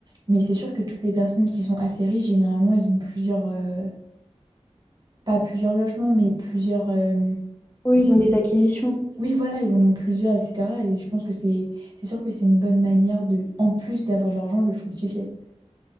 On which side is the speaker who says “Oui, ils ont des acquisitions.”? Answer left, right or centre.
Left